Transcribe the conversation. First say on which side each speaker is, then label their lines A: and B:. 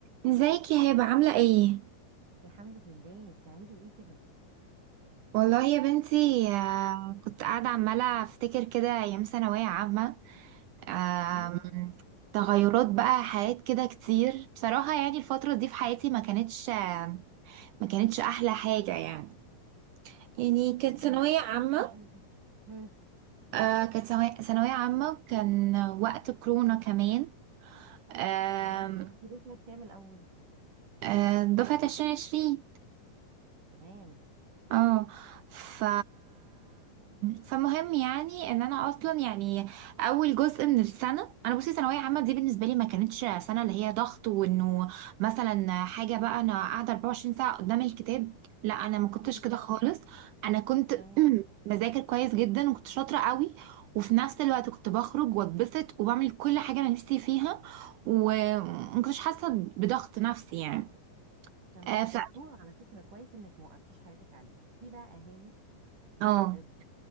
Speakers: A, on the right (about 85°); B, on the right (about 55°).
A: ازيك يا هبة عاملة ايه؟
B: الحمد لله بتعملي ايه كده
A: والله يا بنتي آه، كنت قاعدة عمالة افتكر كده ايام ثانوية عامة آم،
B: امم
A: تغيرات بقى حياة كده كتير بصراحة يعني الفترة دي في حياتي ما كانتش آه، ما كانتش احلى حاجة يعني يعني كانت
B: تمام
A: ثانوية
B: احكي
A: عامة
B: لي كده ايه اللي حصل امم
A: آه، كانت ثانوي- ثانوية عامة كان وقت كورونا كمان آم،
B: تمام انت دفعه كام الاول
A: آه، دفعة عشرين عشرين
B: تمام
A: اه ف فمهم يعني ان انا اصلا يعني اول جزء من السنه انا بصي ثانويه عامه دي بالنسبه لي ما كانتش سنه اللي هي ضغط وانه مثلا حاجه بقى انا قاعده 24 ساعه قدام الكتاب لا انا ما كنتش
B: امم
A: كده خالص انا كنت
B: تمام
A: <clears throat> بذاكر كويس جدا وكنت شاطره قوي وفي نفس الوقت كنت بخرج واتبسط وبعمل كل حاجه انا نفسي فيها وما كنتش حاسه بضغط نفسي يعني
B: تمام
A: آه، ف
B: شطوره على فكره كويس انك ما وقفتيش حياتك عليها في بقى اهالي
A: اه
B: آه، بت-